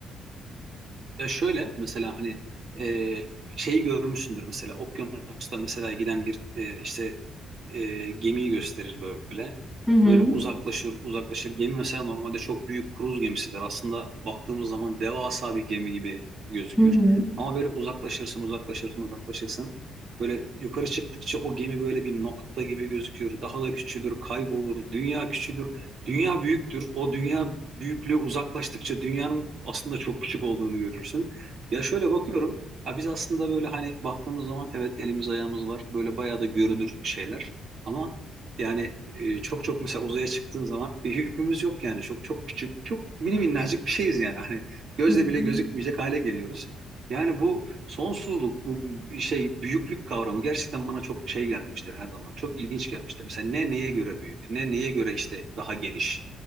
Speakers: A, on the right; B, in the centre.
A: Ya şöyle mesela hani e, şeyi görmüşsündür mesela okyanusta mesela giden bir e, işte e, gemiyi gösterir böyle.
B: Hı hı.
A: Böyle uzaklaşır uzaklaşır. Gemi mesela normalde çok büyük kruz gemisidir. Aslında baktığımız zaman devasa bir gemi gibi gözükür.
B: Hı hı.
A: Ama böyle uzaklaşırsın uzaklaşırsın uzaklaşırsın. Böyle yukarı çıktıkça o gemi böyle bir nokta gibi gözükür. Daha da küçülür, kaybolur. Dünya küçülür. Dünya büyüktür. O dünya büyüklüğü uzaklaştıkça dünyanın aslında çok küçük olduğunu görürsün. Ya şöyle bakıyorum. Ya biz aslında böyle hani baktığımız zaman evet elimiz ayağımız var. Böyle bayağı da görünür şeyler. Ama yani e, çok çok mesela uzaya çıktığın zaman bir hükmümüz yok yani. Çok çok küçük, çok mini minnacık bir şeyiz yani. Hani gözle
B: Hı hı.
A: bile gözükmeyecek hale geliyoruz. Yani bu sonsuzluk, bu şey büyüklük kavramı gerçekten bana çok şey gelmiştir her zaman. Çok ilginç gelmiştir. Mesela ne neye göre büyük, ne neye göre işte daha geniş.